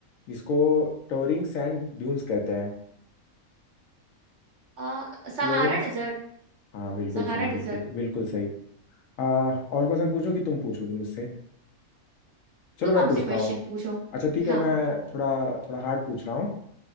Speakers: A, on the left; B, on the right.
A: जिसको टोरिंग सैंड ड्यून्स कहते हैं
B: अ, सहारा
A: टूरिंग
B: डिजर्ट
A: हाँ बिल्कुल
B: Sahara
A: सही बिल्कुल
B: desert
A: बिल्कुल सही आ, और क्वेश्चन पूछूं कि तुम पूछोगी मुझसे चलो
B: तुम
A: मैं
B: हमसे
A: पूछता
B: क्वेश्चन
A: हूँ
B: पूछो
A: अच्छा ठीक
B: हाँ
A: है मैं थोड़ा थोड़ा हार्ड पूछ रहा हूँ